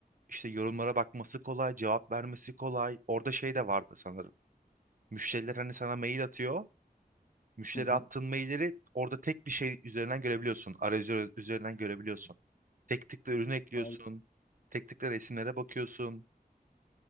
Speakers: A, on the right (about 60°); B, on the left (about 50°).
A: işte yorumlara bakması kolay, cevap vermesi kolay. Orada şey de vardı sanırım. Müşteriler hani sana mail atıyor. Müşteri
B: Hı hı.
A: attığın mailleri orada tek bir şey üzerinden görebiliyorsun. Arayüzü üzerinden görebiliyorsun. Tek tıkla ürünü ekliyorsun.
B: Harika,
A: Tek tıkla resimlere bakıyorsun.